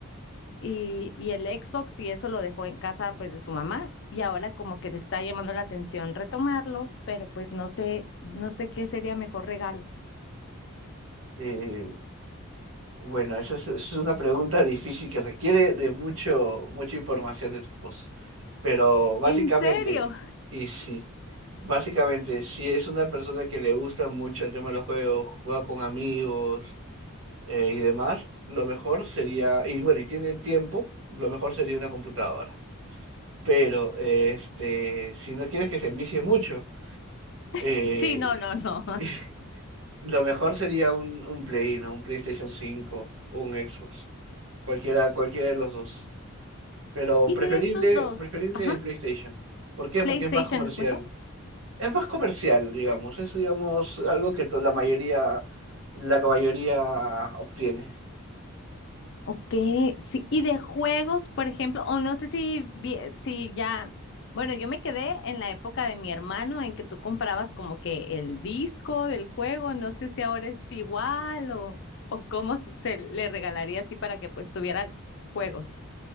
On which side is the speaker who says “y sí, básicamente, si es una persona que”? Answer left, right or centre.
Right